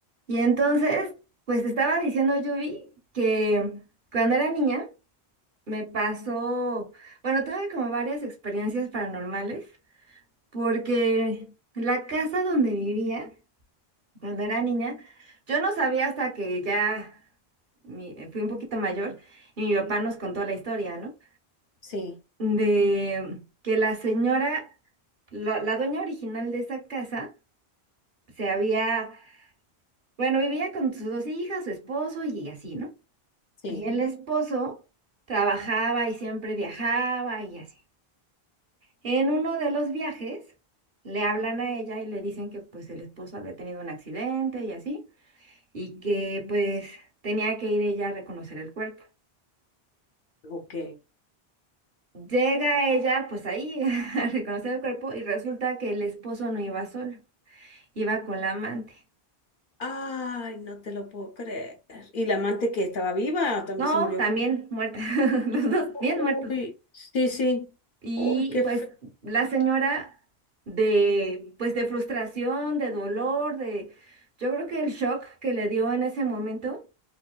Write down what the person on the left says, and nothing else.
Sí,
sí,
ok.
Ay, no te lo puedo creer. ¿Y la amante que estaba viva también
se murió?
Uy,
sí, sí.
Uy, qué
feo.